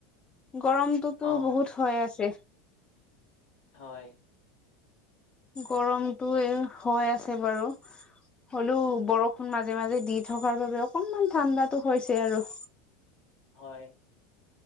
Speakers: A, on the left; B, on the left.
A: গৰমটোতো
B: অ
A: বহুত হৈ আছে।
B: হয়।
A: গৰমটোয়ে হৈ আছে বাৰু। হ'লেও বৰষুণ মাজে মাজে দি থকাৰ বাবে অকনমান ঠাণ্ডাতো হৈছে আৰু।
B: হয়।